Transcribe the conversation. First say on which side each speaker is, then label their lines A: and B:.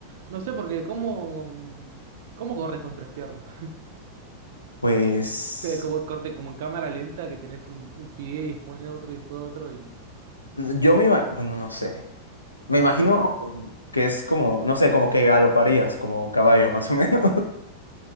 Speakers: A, on the right; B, on the left.
A: No sé, porque ¿cómo, cómo corres con tres piernas? <laughs>
B: pues,
A: Eh, Como corte, como en cámara lenta que tenés un, un pie y después otro y después otro y
B: yo me imagino, bueno, no sé. Me
A: es
B: imagino
A: raro.
B: que es como, no sé, como que galoparías, como caballo, más o menos.